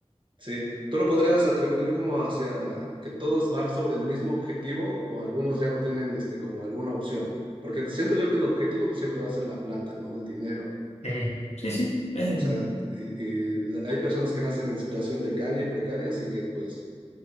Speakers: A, on the right (about 50°); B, on the left (about 75°).
A: Sí, ¿tú lo podrías atribuir como hacia que todos van sobre el mismo objetivo o algunos ya no tienen este, como alguna opción? Porque siento yo que el objetivo pues, siempre va a ser la plata, ¿no? El dinero.
B: Eh, sí, sí. es,
A: O sea, y- y la- hay personas que nacen en situación de calle, precarias y que pues